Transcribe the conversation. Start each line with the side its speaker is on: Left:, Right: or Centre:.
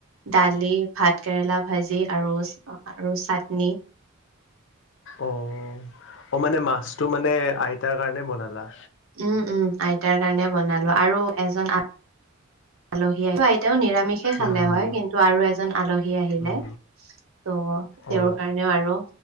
Right: দালি ভাত কেৰেলা ভাজি আৰু -আৰু চাটনি
Left: অ- অ মানে মাছটো মানে আইতাৰ কাৰণে বনালা
Right: উম- উম আইতাৰ কাৰণে বনালো আৰু এজন আলহী আইতাও নিৰা নিৰামিষে খালে
Left: উম
Right: হয় কিন্তু আৰু এজন আলহী আহিলে
Left: উম
Right: ত' তেওঁৰ
Left: অ
Right: কাৰণেও আৰু